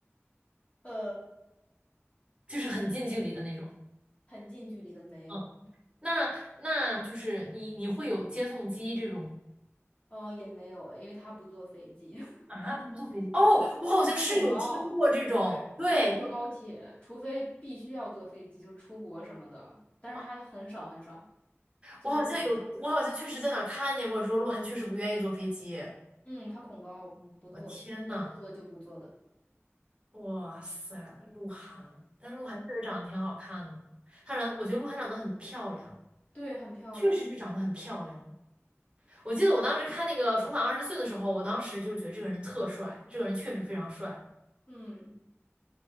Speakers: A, on the left; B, on the right.
A: <laughs> 呃，
B: 就是很近距离的那种。
A: 很近距离的没有，
B: 嗯，那那就是你你会有接送机这种
A: 哦，也没有，因为他不坐飞机。
B: 啊？他不坐飞机哦，我好像是有听过这种，
A: 他恐高，对，
B: 对，
A: 他只坐高铁，除非必须要坐飞机，就是出国什么的，但是他很少很少，
B: 啊，
A: 几乎很少。
B: 我好像有，我好像确实在哪儿看见过，说鹿晗确实不愿意坐飞机。
A: 嗯，他恐高，不不坐，
B: 我天呐，
A: 能不坐就不坐的。
B: 哇塞，鹿晗，但鹿晗确实长得挺好看的，他长，我觉得鹿晗长得很漂亮，
A: 对，很漂亮。
B: 确实是长得很漂亮。我记得我当时看那个《重返二十岁》的时候，我当时就是觉得这个人特帅，这个人确实非常帅，
A: 嗯，